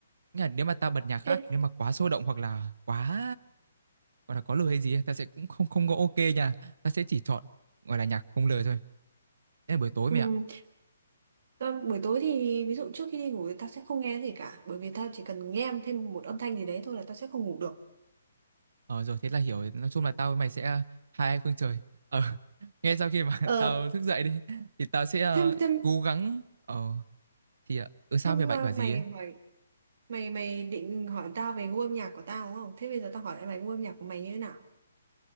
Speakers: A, on the right; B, on the right.
A: Nghĩa là nếu mà tao bật nhạc khác
B: Thế,
A: nếu mà quá sôi động hoặc là quá gọi là có lời hay gì ấy, ta sẽ cũng không không có ok nha ta sẽ chỉ chọn gọi là nhạc không lời thôi thế là buổi tối
B: ừ,
A: mày ạ
B: ta, buổi tối thì ví dụ trước khi đi ngủ thì ta sẽ không nghe gì cả bởi vì ta chỉ cần nghe thêm một âm thanh gì đấy thôi là ta sẽ không ngủ được
A: ờ rồi thế là hiểu rồi. nói chung là tao với mày sẽ ờ, hai anh phương trời ờ <laughs> ngay sau khi mà <laughs>
B: ờ,
A: tao thức dậy đi thì tao sẽ ờ,
B: thêm thêm
A: cố gắng ờ thì ờ, ừ sao
B: thêm
A: mày bạch
B: à,
A: bảo
B: mày
A: gì ấy
B: hỏi mày mày định hỏi tao về gu âm nhạc của tao đúng không thế bây giờ tao hỏi lại mày gu âm nhạc của mày như thế nào